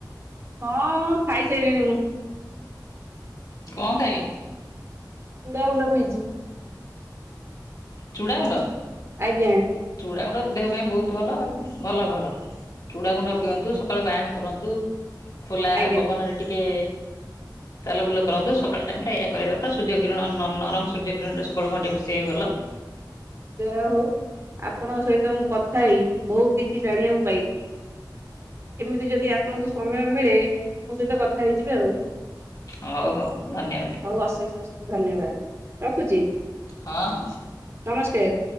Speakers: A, on the right; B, on the left.
A: ହଁ ଖାଇସାଇଲିଣି ମୁଁ।
B: କଁ ଖାଇଲେ?
A: ଚୁଡାଗୁଣ୍ଡ ପିଇଚି।
B: ଚୁଡ଼ାଗୁଣ୍ଡ?
A: ଆଜ୍ଞା।
B: ଚୁଡାଗୁଣ୍ଡ ତ ଦେହ ପାଇଁ ବୋହୁତ୍ ଭଲ ଆଉ ଭଲ ଭଲ। ଚୁଡ଼ା ଗୁଣ୍ଡ ପିଅନ୍ତୁ, ସକାଳୁ ବ୍ୟାୟାମ କରନ୍ତୁ ଖୋଲା
A: ଆଜ୍ଞା।
B: ପବନରେ ଟିକେ ଚାଲ ବୁଲ କରନ୍ତୁ ସକାଳ ଟାଇମ୍ ଟା ଏହା କରିବା କଥା ସୂର୍ଯ୍ୟ କିରଣ ନରମ ସୂର୍ଯ୍ୟକିରଣରେ ସକାଳୁ ଘଣ୍ଟେ ପଶିବା ବି ଭଲ।
A: ଯାହା ହୋଉ ଆପଣଙ୍କ ସହିତ ମୁଁ କଥା ହେଇ ବହୁତ କିଛି ଜାଣିବାକୁ ପାଇଲି। ଏମିତି ଯେଦି ଆପଣଙ୍କୁ ସମୟ ମିଳେ ମୋ ସହିତ କଥା ହେଇଯିବେ ଆଉ।
B: ହଉ ହଉ ଧନ୍ୟବାଦ୍।
A: ହୋଉ ଅଶେଷ ଅଶେଷ ଧନ୍ୟବାଦ ରଖୁଚି?
B: ହଁ ହଁ।
A: ନମସ୍କାର।